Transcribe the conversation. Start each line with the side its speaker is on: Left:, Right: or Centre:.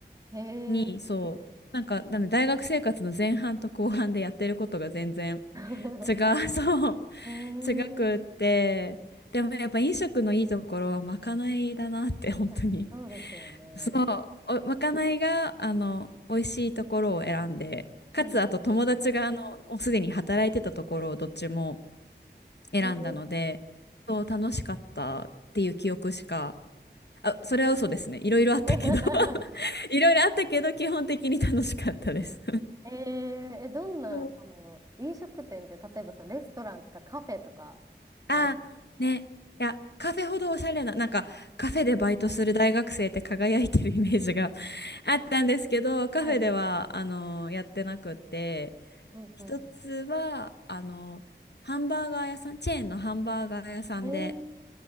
Right: へえ。
Left: に、そう、なんか、なんで大学生活の前半と後半でやってることが全然
Right: <laughs>
Left: 違う、<laughs> そう、
Right: へえ。
Left: 違くって、でもやっぱ飲食のいいところはまかないだなって、本当に。
Right: あ、そうですよね。
Left: そう、おまかないが、あの、美味しいところを選んで、かつ、
Right: うんうんうん。
Left: あと友達が、あの、もうすでに働いてたところをどっちも選んだので、
Right: へえ。
Left: そう、楽しかったっていう記憶しか、あ、それは嘘ですね。いろいろあったけど
Right: <laughs>
Left: <laughs> いろいろあったけど、基本的に楽しかったです。
Right: えー、え、どんな、
Left: そう
Right: その、飲食店って、例えばそのレストランとかカフェとかあるんですか。
Left: あー、ね。いや、カフェほどおしゃれな、なんか、カフェでバイトする大学生って輝いてるイメージが <laughs> あったんですけど、カフェでは、
Right: <laughs> はい。
Left: あの、やってなくって、
Right: うんう
Left: 一つは、あの、ハンバーガー屋さん、チェーンのハンバーガー屋さんで、
Right: ん。えー、